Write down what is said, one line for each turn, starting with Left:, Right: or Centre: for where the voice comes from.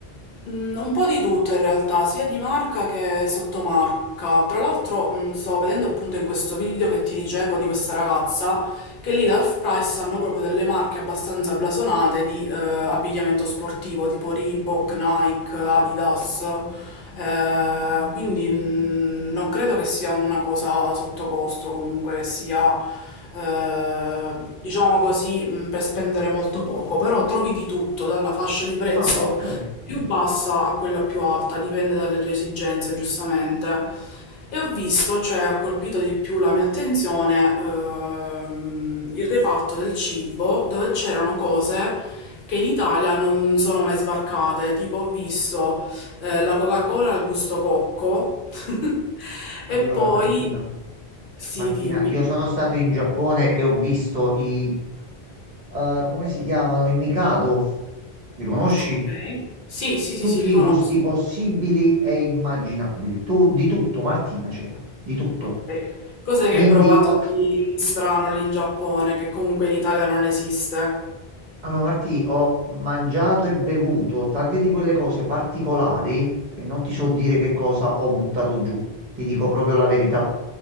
Left: Mm, Un po' di tutto in realtà, sia di marca che sottomarca. Tra l'altro, mm, sto vedendo appunto in questo video che ti dicevo di questa ragazza che lì da Half-Price hanno proprio delle marche abbastanza blasonate di eh, abbigliamento sportivo, tipo Reebok, Nike, Adidas. Eh, quindi mm, non credo che sia una cosa sotto costo, comunque che sia eh, diciamo così, mh, per spendere molto poco, però trovi di tutto, dalla fascia di prezzo
Right: Ah, ok.
Left: più bassa a quella più alta, dipende dalle tue esigenze, giustamente. E ho visto, cioè ha colpito di più la mia attenzione, ehm, il reparto del cibo, dove c'erano cose che in Italia non sono mai sbarcate, tipo ho visto eh, la Coca-Cola al gusto cocco <laughs> e
Right: Allora,
Left: poi...
Right: Martina,
Left: Sì,
Right: Martina,
Left: dimmi.
Right: io sono stato in Giappone e ho visto i, eh, come si chiamano? I Mikado. Li conosci?
Left: Ok. Sì, sì, sì,
Right: tutti
Left: sì, li
Right: i
Left: conosco.
Right: gusti possibili e immaginabili. Tu di tutto, Martina, c'era, di tutto.
Left: Ok. Cos'è
Right: Quindi
Left: che hai provato
Right: ho,
Left: di, di strano lì in Giappone, che comunque in Italia non esiste?
Right: allora, Martì, ho mangiato e bevuto tante di quelle cose particolari che non ti so dire che cosa ho buttato giù. Ti dico proprio la verità.